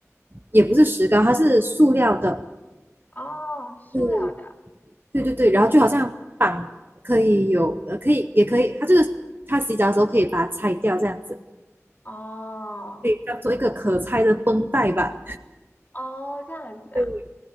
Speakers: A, on the right; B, on the left.
A: 也不是石膏，它是塑料的，
B: 哦，塑料的。
A: 是，对对对，然后就好像绑可以有，呃，可以也可以，它就是它洗澡的时候可以把它拆掉，这样子
B: 哦
A: 可以当做一个可拆的绷带吧。
B: 哦，这样子啊。
A: 对